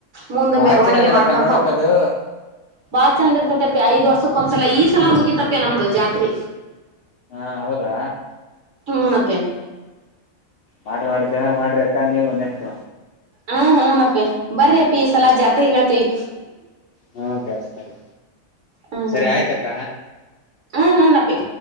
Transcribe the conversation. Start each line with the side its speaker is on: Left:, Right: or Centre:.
Right: ಮುಂದ
Left: ಬಾರಿ
Right: ಮೆರವಣಿಗೆಿ
Left: ಚೆನ್ನಾಗಲ್ಲಕ್ಕ
Right: ಮಾಡ್ಕೊಂತ
Left: ನೋಡಕ್
Right: ಹೋಗ
Left: ಅದು
Right: ಬಾಳ ಚಂದ ಇರ್ತತಿಪ್ಪಿ ಐದ್ ವರ್ಷಕ್ ಒಂದ್ಸಲ ಈ ಸಲ ಮುಗಿತಪ್ಪೆ ನಮ್ದು ಜಾತ್ರೆ
Left: ಹಾ ಹೌದಾ
Right: ಹುನ ಆಪಾ
Left: ಮಾಡಟ್ರ ಮಾಡಿ ಚೆನ್ನಾಗ್ ಮಾಡ್ರ ಅಕ್ಕ ನೀವು ನೆಕ್ಟ್
Right: ಹ್ಮ ಹನಪ್ಪೆ ಬರ್ರಿ ಅಪ್ಪ ಈ ಸಲಜ್ ಜಾತ್ ಹೇಳ್ತೇವಿ
Left: ಹ್ಮ ಕತರಿ
Right: ಹ್ಮ್
Left: ಸರಿ
Right: ಹ್ಮ್
Left: ಆಯ್ತಕ್ಕ
Right: ಹ್ಮ್ ಹ್ಮ್ ನಪ್ಪಿ